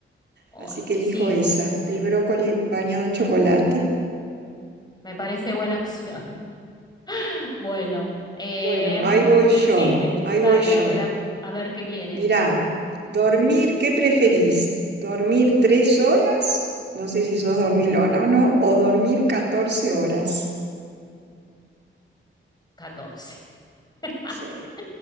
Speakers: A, on the left; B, on the right.
A: Oh,
B: Así que
A: sí,
B: elijo esa, el brócoli bañado en chocolate.
A: me parece buena opción. <laughs> Bueno, em,
B: Bueno, ahí voy yo,
A: decime,
B: ahí
A: dale,
B: voy yo.
A: a ver, a, a ver qué viene.
B: Mirá, dormir, ¿qué preferís? ¿Dormir tres horas? No sé si sos dormilona o no, o dormir 14 horas.
A: catorce <laughs>
B: Sí,